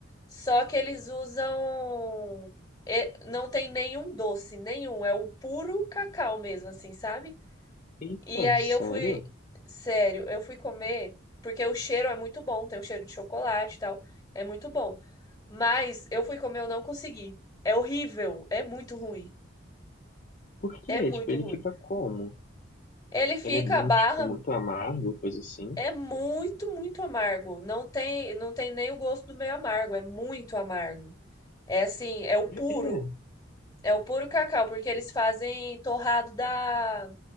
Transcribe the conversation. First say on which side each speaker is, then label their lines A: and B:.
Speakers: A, on the left; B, on the left.
A: Só que eles usam. e- Não tem nenhum doce, nenhum. É o puro cacau mesmo, assim, sabe?
B: Eita,
A: E aí
B: sério?
A: eu fui. Sério, eu fui comer, porque o cheiro é muito bom, tem o cheiro de chocolate e tal. É muito bom. Mas eu fui comer, eu não consegui. É horrível, é muito ruim.
B: Por quê?
A: É muito
B: Tipo, ele
A: ruim.
B: fica como?
A: Ele fica
B: Ele é muito,
A: a barra
B: tipo, muito amargo, coisa assim?
A: É muito, muito amargo. Não tem, não tem nem o gosto do meio amargo, é muito amargo. É assim, é o puro,
B: É, é.
A: é o puro cacau, porque eles fazem torrado da,